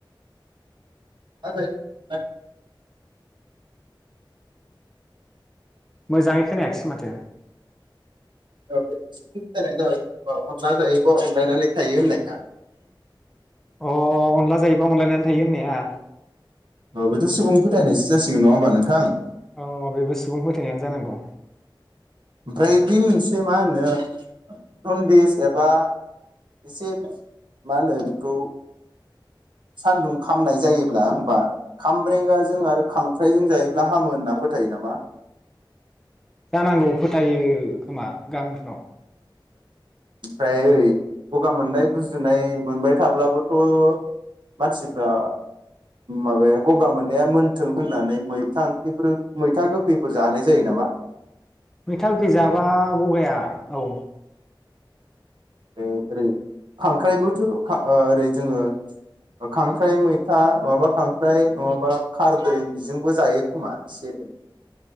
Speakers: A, on the right; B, in the centre.
A: <unintelligible>
B: मोजाङै खोनायाखसै माथो
A: औ <unintelligible> अनला जायोबा अनलायनानै थायो होननाया
B: अ अनला जायोबा अनलायनानै थायो होननाय आ
A: औ बेथ सुबुं फोथायनायसो जासिगोन नङा होमबा नोंथां?
B: अ बेबो सुबुं फोथायनायानो जानांगौ
A: ओमफ्राय बे मोनसे मा होनो जनदिस एबा एसे मा होनो बेखौ सान्दुं खामनाय जायोब्ला होमबा खामब्रेंगाजों आरो खांख्राइजों जायोब्ला हामो होनना फोथायो नामा?
B: जानांगौ फोथायो खोमा गामिफ्राव
A: ओमफ्राय ओरै गगा मोन्नाय गुजुनाय मोनबाय थाब्लाबोथ मानसिफ्रा माबाया गगा मोन्नाया मोनथों होन्नानै मैथा ओंख्रिफोर मैथा गोखैफोर जानाय जायो नामा।
B: मैथाख गोखै जाबा गगाया औ
A: ओरै खांख्राइबोथ खा ओ ओरै जोङो खांख्राइ मैथा नङाबा खांख्राइ नङाबा खारदै बेजोंबो जायो खोमा एसे।